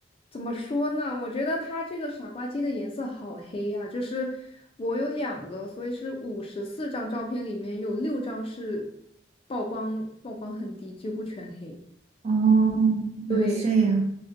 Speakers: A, on the left; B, on the right.
A: 怎么说呢？我觉得它这个傻瓜机的颜色好黑呀，就是我有两个，所以是五十四张照片里面有六张是曝光曝光很低，几乎全黑。
B: 哦，
A: 对，
B: 原来是这样。